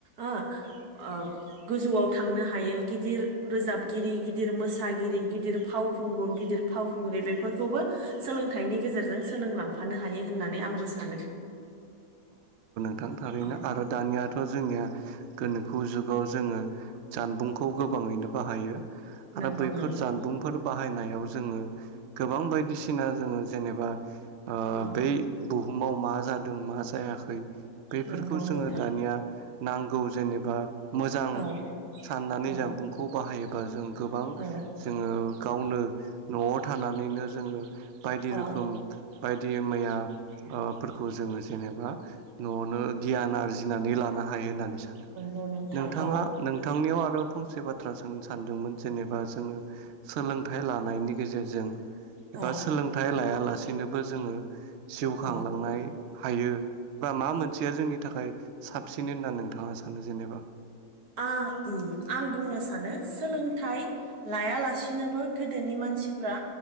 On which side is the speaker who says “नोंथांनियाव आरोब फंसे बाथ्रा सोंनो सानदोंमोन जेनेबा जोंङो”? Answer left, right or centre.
Right